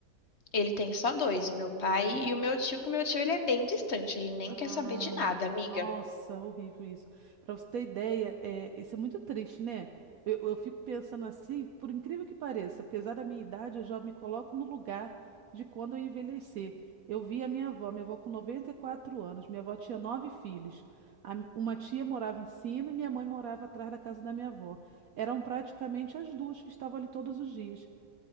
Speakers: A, on the left; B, on the right.
A: Ele tem só dois, o meu pai e o meu tio, que o meu tio ele é bem distante, ele nem
B: Ah,
A: quer saber de nada, amiga.
B: nossa, horrível isso. Para você ter ideia, é, isso é muito triste, né? Eu, eu fico pensando assim, por incrível que pareça, apesar da minha idade, eu já me coloco no lugar de quando eu envelhecer. Eu vi a minha avó, minha avó com 94 anos, minha avó tinha nove filhos. A m- uma tia morava em cima e minha mãe morava atrás da casa da minha avó. Eram praticamente as duas que estavam ali todos os dias.